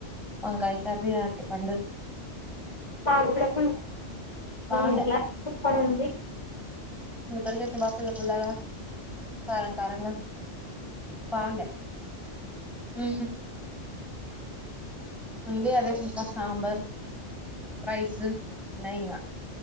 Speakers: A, in the centre; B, on the left.
A: వంకాయ కర్రీ అంత పండు
B: పాల
A: బాగుండే
B: ఇంట్లా సపర్ ఉంది
A: క వాపుస్ కట్టలాగా కర కారంగా బాగుంట ఉమ్ అం అదే సాబార్ రైస్ ఉన్నాయింగా